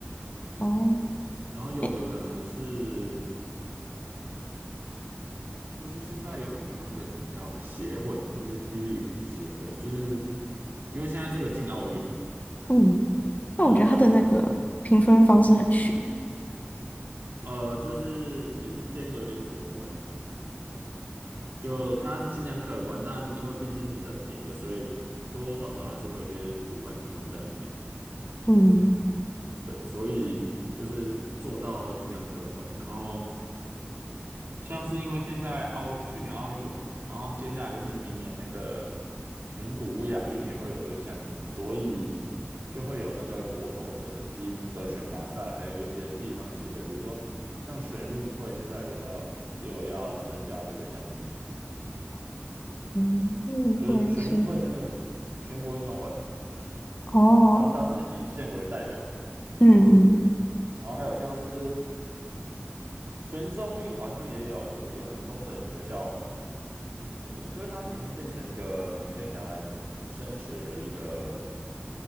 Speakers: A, on the left (about 40°); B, on the right (about 60°).
A: 哦，
B: 然后有的可能是
A: 诶，
B: 就是现在有很多那个什么叫协会，就是霹雳舞协会，就是因为现在这个进奥运了，
A: 嗯，
B: 然后亚
A: 那我觉得它的那个评分方式很悬诶。
B: 呃就是也是偏有点主观，就它尽量客观，但因为毕竟是人品的，所以多多少少还是会有一些主观成分在里面。
A: 嗯
B: 对，所以就是做到军量可观。然后像是因为现在奥去年奥运有嘛，然后接下来就是明年那个名古屋亚运也会有这个项目，所以就会有那个国手的积的选拔赛，还有一些地方性的，比如说像全运会现在也要也有要增加这个项目，
A: 嗯，嗯，
B: 就是全运会就是那个全国运动会，
A: 会是哦，
B: 然后它是以县为代表的。
A: 嗯
B: 然后还有像是全中运好像也有，就是有那个中等学校运动，就是它已经变成一个你可以拿来升学的一个